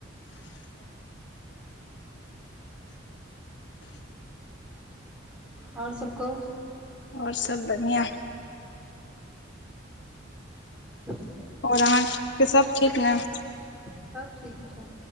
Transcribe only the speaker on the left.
आओर सब बढ़िआं है।
आओर अहाँके सभ ठीक न